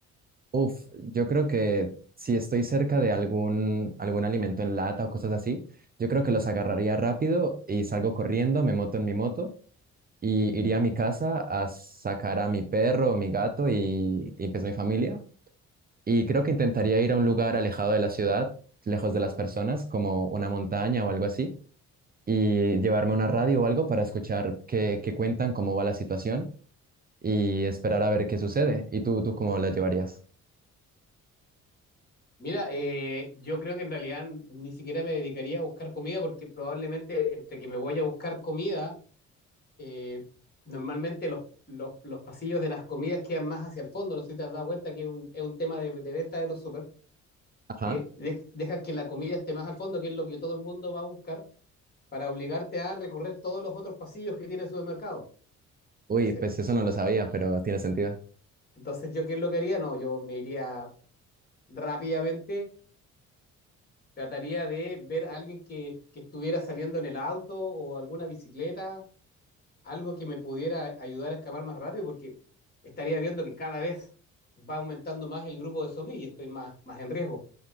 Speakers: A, on the right (about 30°); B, on the left (about 30°).
A: Uf, yo creo que si estoy cerca de algún, algún alimento en lata o cosas así, yo creo que los agarraría rápido y salgo corriendo, me moto en mi moto. Y iría a mi casa a sacar a mi perro o mi gato y, y pues mi familia Y creo que intentaría ir a un lugar alejado de la ciudad, lejos de las personas, como una montaña o algo así, y llevarme una radio o algo para escuchar qué, qué cuentan, cómo va la situación y esperar a ver qué sucede. ¿Y tú, tú cómo la llevarías?
B: Mira, eh, yo creo que en realidad ni siquiera me dedicaría a buscar comida porque probablemente entre que me voy a buscar comida eh, normalmente los, los, los pasillos de las comidas quedan más hacia el fondo. No sé si te has dado cuenta que es un, es un tema de, de venta de los súper,
A: Ajá.
B: que de- dejan que la comida esté más al fondo, que es lo que todo el mundo va a buscar, para obligarte a recorrer todos los otros pasillos que tiene el supermercado.
A: Uy,
B: Entonces,
A: pues eso no lo sabía, pero tiene sentido.
B: entonces ¿yo qué es lo que haría? No, yo me iría rápidamente, trataría de ver a alguien que, que estuviera saliendo en el auto o alguna bicicleta algo que me pudiera ayudar a escapar más rápido, porque estaría viendo que cada vez va aumentando más el grupo de zombies y estoy más, más en riesgo.